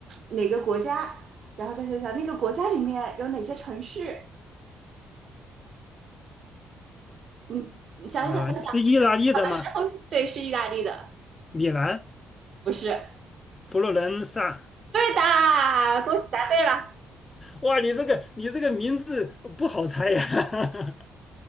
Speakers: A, on the right; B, on the left.
A: 哪个国家，然后再想想那个国家里面有哪些城市，你你想一想，
B: 啊、
A: 想一想，
B: 是意大利的吗？
A: 小的时候是对，是意大利的，
B: 米兰、
A: 不是。
B: 佛罗伦萨？
A: 对的，恭喜答对了，
B: 哇，你这个你这个名字不好猜呀、<laughs>